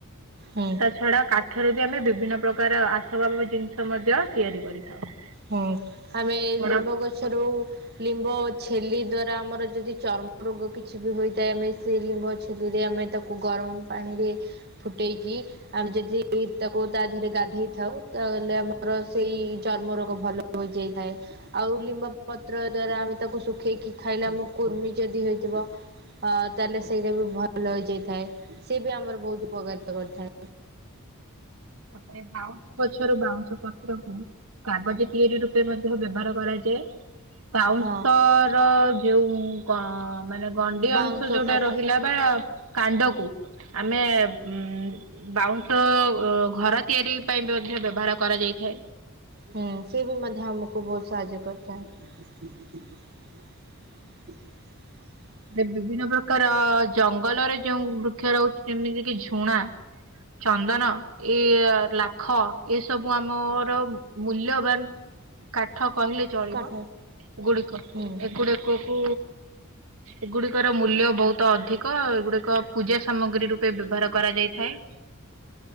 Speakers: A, on the right; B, on the right.
A: ହୁଁ
B: ତା ଛଡା କାଠରୁ ବି ଆମେ ବିଭିନ୍ନ ପ୍ରକାର ଆସବାବ ଜିନିଷ ମଧ୍ୟ ତିଆରି କରିଥାଉ।
A: ହୁଁ ଆମେ ଏଇ
B: ବଡ
A: ଲିମ୍ବ ଗଛରୁ ଲିମ୍ବ ଛେଲି ଦ୍ଵାରା ଆମର ଯଦି ଚର୍ମ ରୋଗ କିଛି ବି ହୋଇଥାଏ ଆମେ ସେଇ ଲିମ୍ବ ଛେଲିରେ ଆମେ ତାକୁ କୁ ଗରମ ପାଣିରେ ଫୁଟେଇକି ଆମେ ଯଦି ତାକୁ ତା ଦେହରେ ଗାଧେଇ ଥାଉ ତାହେଲେ ଆମର ସେଇ ଚର୍ମ ରୋଗ ଭ ଭଲ ହୋଇଯାଇଥାଏ। ଆଉ ଲିମ୍ବ ପତ୍ର ଦ୍ଵାରା ଆମେ ତାକୁ ଶୁଖେଇକି ଖାଇଲେ ଆମ କୁର୍ମି ଯଦି ହେଇଥିବ ଅ ତାହେଲେ ସେଇଟା ବି ଭଲ ହେଇଯାଇଥାଏ ସିଏ ବି ଆମର ବହୁତ ଉପକାରିତ କରିଥାଏ।
B: ତାପରେ ବାଉଁଶ ଗଛରୁ ବାଉଁଶ ପତ୍ରକୁ କାଗଜ ତିଆରି ରୂପେ ମଧ୍ୟ ବ୍ୟବହାର କରାଯାଏ। ବାଉଁଶର
A: ହଁ
B: ଯୋଉ ଗ ମାନେ ଗଣ୍ଡି
A: ବାଉଁଶ
B: ଅଂଶ ଯୋଉଟା
A: କାଠ
B: ରହିଲା ବା କାଣ୍ଡକୁ ଆମେ ଉ ବାଉଁଶ ଅ ଗ ଘର ତିଆରି ପାଇଁ ବେ ମଧ୍ୟ ବ୍ୟବହାର କରାଯାଇଥାଏ।
A: ହୁଁ ସିଏବି ମଧ୍ୟ ଆମକୁ ବହୁତ ସାହାଯ୍ୟ କରିଥାଏ। <inaudible>
B: ଏବେ ବିଭିନ୍ନ ପ୍ରକାର ଜଙ୍ଗଲରେ ଯୋଉ ବୃକ୍ଷ ରହୁଛି ଯେମିତି କି ଝୁଣା ଚନ୍ଦନ ଏଇ ଲାଖ ଏସବୁ ଆମର ମୂଲ୍ୟବାନ ଠ କହିଲେ ଚଳିବ
A: କଟକ
B: ଏ ଗୁଡିକ
A: ହୁଁ
B: ଏଗୁଡିକ କୁ ଏଗୁଡ଼ିକର ମୂଲ୍ୟ ବହୁତ ଅଧିକ ଏଗୁଡ଼ିକ ପୂଜା ସାମଗ୍ରୀ ରୂପେ ବ୍ୟବହାର କରାଯାଇଥାଏ।